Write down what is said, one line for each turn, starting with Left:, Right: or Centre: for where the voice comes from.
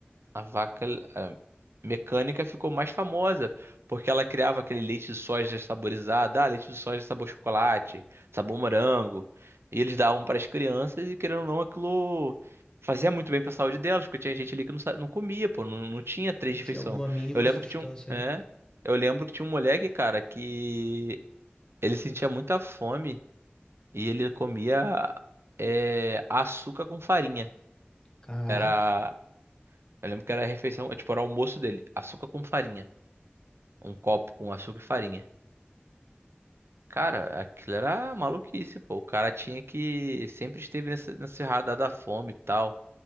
Right: a vaca eh, mecânica ficou mais famosa, porque ela criava aquele leite de soja saborizado, ah, leite de soja sabor chocolate, sabor morango, e eles davam para as crianças e querendo ou não, aquilo fazia muito bem para a saúde delas, porque tinha gente ali que não, sa- não comia, pô, não, não tinha três
Left: não tinha
Right: refeições.
Left: alguma mínima
Right: Eu lembro
Left: sustância,
Right: que tinha um,
Left: né?
Right: é, eu lembro que tinha um moleque, cara, que ele sentia muita fome e ele comia eh, açúcar com farinha.
Left: Caraca.
Right: Era eu lembro que era a refeição, tipo, era o almoço dele. Açúcar com farinha. Um copo com açúcar e farinha. Cara, aquilo era maluquice, pô. O cara tinha que. Sempre esteve nessa, nessa radar da fome e tal.